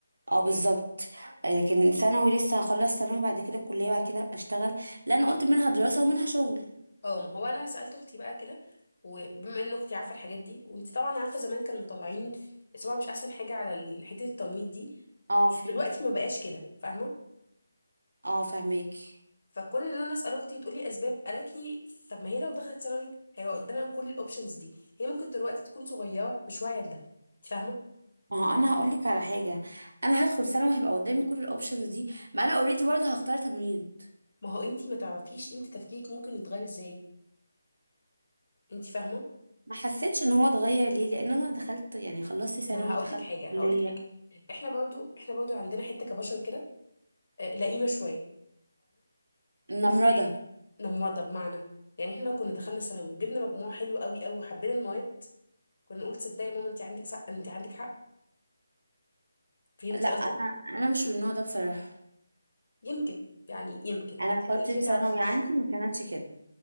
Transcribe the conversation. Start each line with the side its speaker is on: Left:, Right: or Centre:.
Right: اه بالظبط آه، لكن ثانوي لسه هخلص ثانوي بعد كده الكلية بعد كده هبقى اشتغل لا انا قلت منها دراسة ومنها شغل
Left: اه ما هو انا سالت اختي بقى كده وبما ان اختي عارفه الحاجات دي وانت طبعا عارفه زمان كانوا مطلعين صباع مش احسن حاجه على ال- حته التمويل دي
Right: اه
Left: بس
Right: فهمتك
Left: دلوقتي ما بقاش كده فاهمه
Right: اه فهماكي
Left: فكون ان انا اسال اختي وتقولي اسباب قالت لي طب ما هي لو دخلت ثانوي هيبقى قدامها كل الاوبشنز دي هي ممكن دلوقتي تكون صغيره مش واعيه لده انت فاهمه
Right: ما هو انا هقول لك على حاجة انا هدخل ثانوي هيبقى قدامي كل الاوبشنز دي ما انا اوريدي برضه هختار تمريض
Left: ما هو انت ما تعرفيش انت تفكيرك ممكن يتغير ازاي انت فاهمه
Right: ما حسيتش ان هو اتغير ليه لان انا دخلت يعني خلصت ثانوي
Left: ما هقول
Right: ودخلت
Left: لك حاجه هقول
Right: كلية
Left: لك حاجه احنا برضو احنا برضو عندنا حته كبشر كده آه، لئيمه شويه
Right: نمرضة
Left: فاهمه نموضة بمعنى يعني احنا لو كنا دخلنا ثانوي وجبنا مجموع حلو قوي قوي وحبينا المواد كنا نقول تصدقي يا ماما انت عندك حق انت عندك حق فهمتي
Right: لا انا
Left: قصدي
Right: انا مش من النوع ده بصراحة
Left: يمكن يعني يمكن
Right: انا
Left: انت
Right: فتره
Left: انت
Right: ثانوي
Left: ما تعرفيش
Right: عندي ما كانتش كده